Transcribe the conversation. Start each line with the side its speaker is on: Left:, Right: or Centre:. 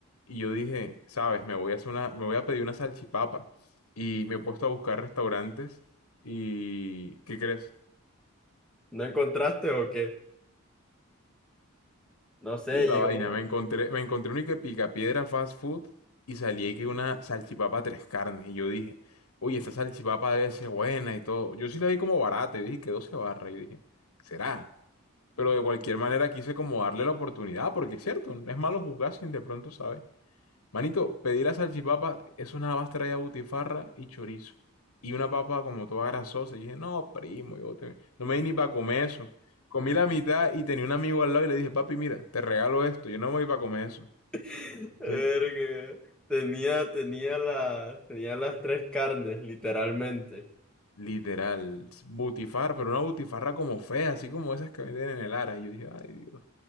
Left: Y yo dije, ¿sabes? Me voy a hacer una, me voy a pedir una salchipapa. Y me he puesto a buscar restaurantes. ¿Y qué crees?
Centre: ¿No encontraste o qué? No sé,
Left: Pilla la
Centre: llegó.
Left: vaina, me encontré, me encontré un que picapiedra fast food y salí ahí que una salchipapa tres carnes. Y yo dije, oye, esta salchipapa debe ser buena y todo. Yo sí la vi como barata, y dije que 12 barras. Yo dije, será. Pero de cualquier manera quise como darle la oportunidad, porque es cierto, no es malo juzgar sin de pronto, ¿sabes? Manito, pedí la salchipapa, eso nada más traía butifarra y chorizo. Y una papa como toda grasosa. Y dije, no, primo, yo te- no me di ni para comer eso. Comí la mitad y tenía un amigo al lado y le dije, papi, mira, te regalo esto, yo no me voy para comer eso.
Centre: <laughs> Verga.
Left: Sien-
Centre: Tenía, tenía la, tenía las tres carnes, literalmente.
Left: Literal, butifarra, pero una butifarra como fea, así como esas que venden en el Ara. Y yo dije, ay Dios.